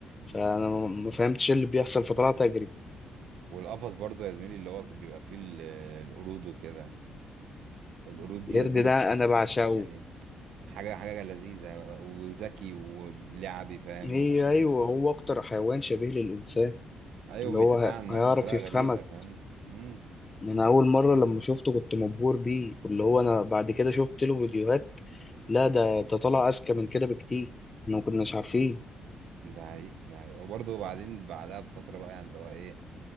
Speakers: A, on the left (about 25°); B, on the right (about 80°).
A: فأنا ما ما فهمتش إيه اللي بيحصل فطلعت أجري
B: والقفص برضه يا زميلي اللي هو بيبقى فيه ال- آه، القرود وكده القرود
A: القرد
B: دي يا زميلي
A: ده
B: بتبقى
A: أنا بعشقه
B: يعني حاجة حاجة لذيذة وذكي ولعبي فاهم
A: هي
B: و...
A: أيوة هو أكتر حيوان شبيه للإنسان
B: ايوه
A: اللي هو
B: بيتفاعل معاك
A: هيعرف
B: بطريقة
A: يفهمك
B: غريبة فاهم امم
A: إن انا اول مره لما شفته كنت مبهور بيه واللي هو انا بعد كده شفت له فيديوهات لا ده ده طلع اذكى من كده بكتير احنا ما كناش عارفين
B: ده حقيقة ده حقيقة وبرضه بعدين بعدها بفترة بقى يعني اللي هو ايه